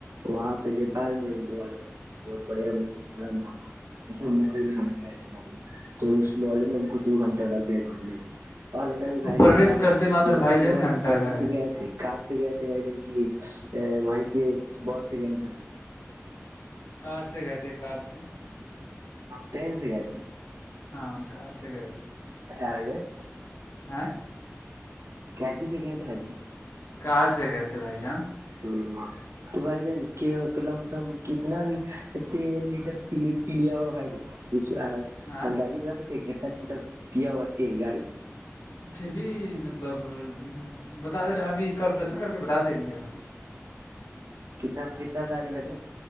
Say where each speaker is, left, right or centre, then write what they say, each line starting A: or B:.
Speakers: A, on the right (about 75°); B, on the left (about 75°).
A: وہاں نپال میں م ہے بھائی بہت بڑیا مول ہے بڑا مول ہے یہ س محل میں ہم گئے تھے بھائی تو اس محلے میں ان کو دو گھنٹہ لگ گیا گھرنے اور بیٹا بھی
B: وہ
A: بھائی
B: پرویش
A: ج آپ
B: کرتے ماتر
A: گ
B: بھائی جان
A: بھائیچی
B: گھنٹہ گھر ہے
A: کار سے گئے تھے بھائی جن کی وہیں کے بس سے گئے تھے بھائی
B: کار سے گئے تھے کار سے
A: ٹن سے گئے تھے
B: ہاں کار سے گے تھے
A: ہاں <unintelligible>
B: <unintelligible>
A: کیاچ سے کیا تھے بجے
B: کار سے گئے تھے بھائی جان
A: <unintelligible> تو بھائی جان کے لم سم کتنا ت لیٹر پی لیا ہوگا بھائی جان
B: آئیں
A: اندازی بتا سکتے کتنا لیٹر پیا ہوا تیل گاڑی
B: پھر بھی مطلب بتا دے رہے ہیں ابھی کیلکولیشن کر کے بتا دیں گے ہم
A: کتنا کتنا تارے بھائی جان